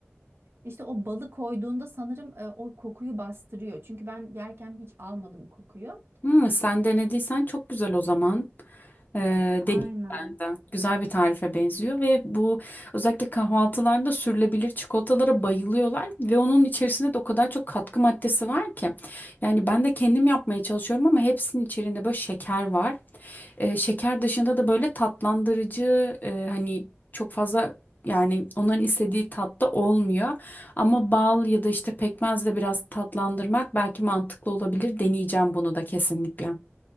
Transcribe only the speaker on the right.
İşte o balı koyduğunda sanırım e, o kokuyu bastırıyor. Çünkü ben yerken hiç almadım kokuyu.
Aynen.